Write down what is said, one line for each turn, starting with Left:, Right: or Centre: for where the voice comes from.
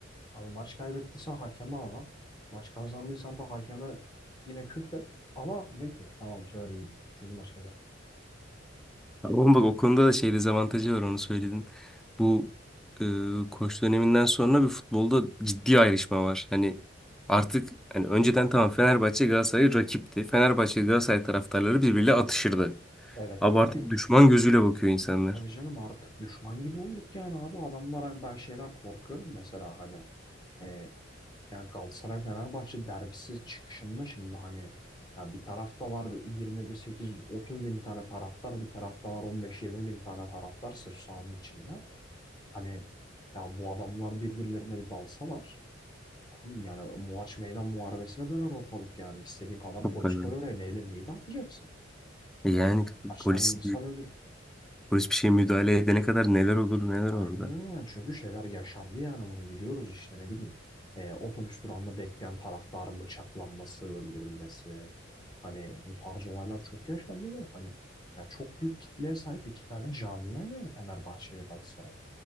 Left: Abi maç kaybettiysen hakeme ağla. Maç kazandıysan da hakeme yine küfret. Ama de ki tamam bu sefer iyiydi. Çünkü maç kazandık.
Centre: Ama bak o konuda da şey dezavantajı var onu söyledin. Bu e, koç döneminden sonra bir futbolda ciddi ayrışma var. Hani artık hani önceden tamam Fenerbahçe Galatasaray rakipti. Fenerbahçe Galatasaray taraftarları birbiriyle atışırdı.
Left: Evet
Centre: Ama
Left: hani
Centre: artık düşman gözüyle bakıyor insanlar.
Left: Tabii canım artık düşman gibi olduk yani abi. Adamlar hani ben şeyden korkuyorum mesela hani. E, ya Galatasaray-Fenerbahçe derbisi çıkışında şimdi hani ya bir tarafta var 20-8-30 bin tane taraftar bir tarafta var 15-20 bin tane taraftar sırf sahanın içinde. Hani ya bu adamlar birbirlerine bir dalsalar Abi yani Muaç Meydan Muharebesi'ne döner ortalık yani. İstediğin kadar
Centre: Çok
Left: polis
Centre: garip.
Left: koy oraya neyle neyi dağıtacaksın?
Centre: E Yani
Left: Hani kaç
Centre: polis
Left: tane insan ölür?
Centre: polis bir şeye müdahale edene kadar neler olur neler
Left: Aynen
Centre: olur da.
Left: öyle yani çünkü şeyler yaşandı yani onu biliyoruz işte ne bileyim. Ee, otobüs durağında bekleyen taraftarın bıçaklanması, öldürülmesi. Hani bu tarz olaylar çok yaşandı ve hani ya çok büyük kitleye sahip iki tane camia yani Fenerbahçe ile Galatasaray.